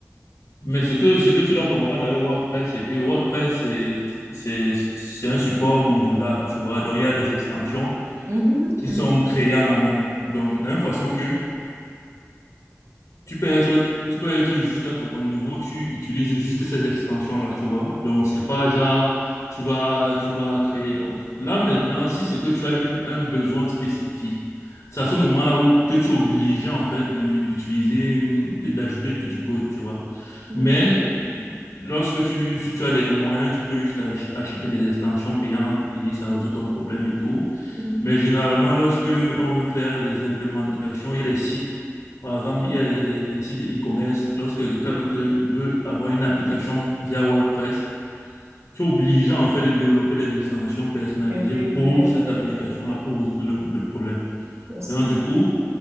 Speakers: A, on the left; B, on the right.
A: Mais ce que, ce que tu dois comprendre avec WordPress, c'est que WordPress, c'est, c'est, c'est un support modulable, tu vois. Donc, il y a des extensions
B: Mhm,
A: qui
B: mhm,
A: sont créés en amont. Donc, de la même façon que tu peux être, tu peux être juste à ton niveau, tu utilises juste ces extensions-là, tu vois. Donc, c'est pas genre, tu vas, tu vas créer. Donc, là, maintenant, si c'est que tu as un, un besoin spécifique, c'est à ce moment-là où, que tu es obligé, en fait, de- d'utiliser, de- d'ajouter du code, tu vois.
B: mhm,
A: Mais lorsque tu, si tu as des moyens, tu peux juste ach- acheter des extensions payantes et ça résout ton problème et tout.
B: mhm.
A: Mais généralement, lorsque on veut faire des implémentations, il y a des sites. Par exemple, il y a les, les- les sites de e-commerce. Lorsque quelqu'un veut te- veut avoir une application via WordPress, tu es obligé en fait de développer des extensions personnalisées
B: Eh Oui,
A: pour
B: oui,
A: cette
B: oui,
A: application-là pour résoudre le, le problème.
B: c'est ça.
A: Donc, du coup,